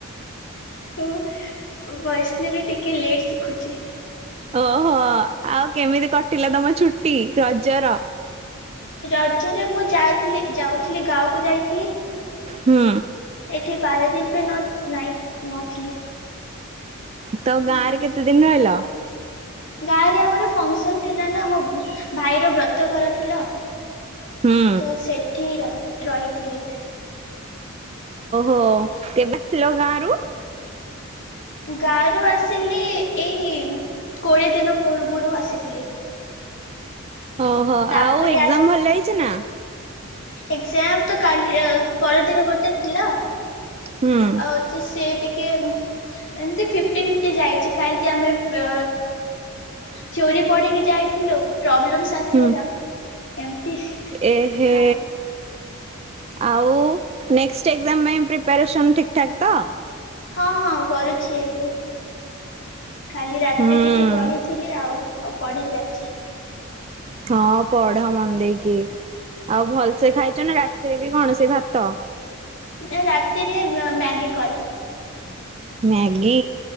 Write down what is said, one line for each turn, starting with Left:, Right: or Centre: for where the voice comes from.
Left: ଓ ଓ ବୈଷ୍ଣବି ଟିକେ ଲେଟ୍ ଶିଖୁଛି।
Right: ଓହୋ ଆଉ କେମିତି କଟିଲା ତମ ଛୁଟି ରଜର?
Left: ରଜରେ ମୁଁ ଯାଇଥିଲି ଯାଉଥିଲି ଗାକୁ ଯାଇଥିଲି।
Right: ହୁଁ
Left: ଏଠି ପାରାଦୀପ ନ ନାଇ ନଥିଲି।
Right: ତ ଗାଁରେ
Left: ହଁ
Right: କେତେ ଦିନ ରହିଲ?
Left: ଗାଁ ରେ ଆମର ଫଙ୍କସନ ଥିଲା ନା ଆମ ଭାଇର ବ୍ରତ ଘର ଥିଲ।
Right: ହୁଁ
Left: ତ ସେଠି ର ରହିଥିଲି।
Right: ଓ
Left: ଆଉ
Right: କେବେ ଆସିଲ ଗାଁ ରୁ?
Left: ଗାରୁ ଆସିଲି ଏଇ କୋଡ଼ିଏ ଦିନ ପୂର୍ବୁରୁ ଆସିଥିଲି।
Right: ଓହୋ
Left: ତାପରେ
Right: ଆଉ ଏକ୍ଜାମ ଭଲ ହେଇଛି ନା?
Left: ଏକଜ୍ଜାମ୍ ତ କାଲି ପରଦିନ ଗୋଟେ ଥିଲା।
Right: ହୁଁ
Left: ଆଉ ଛି ସେ ଟିକେ ଏମତି ଫିଫ୍ଟି ଫିଫ୍ଟି ଯାଇଛି କାହିଁକି ଆମେ ପ ଷ୍ଟୋରି ପଢ଼ିକି ଯାଇଥିଲୁ, ପ୍ରୋବ୍ଲେମ୍ ଆସିଗଲା।
Right: ହୁଁ
Left: ଏମିତି
Right: ଏହେ
Left: ଆଉ
Right: ଆଉ? ନେକ୍ସଟ ଏକ୍ଜାମ ପାଇଁ ପ୍ରିପାରେସନ୍ ଠିକ୍ ଠାକ୍ ତ?
Left: ହଁ ହଁ କରୁଛି ଏବେ, କାଲି ରାତିରେ
Right: ହୁଁ
Left: ଟିକେ ପଢିଥିଲି ଆଉ ଆଉ ପଢିବି ଆଜି।
Right: ହଁ ପଢ ମନ ଦେଇକି। ଆଉ ଭଲସେ ଖାଇଛ ନା ରାତିରେ ବି କଣ ସେ ଭାତ?
Left: ନା ରାତିରେ ମ୍ୟାଗି କରିବି।
Right: ମ୍ୟାଗି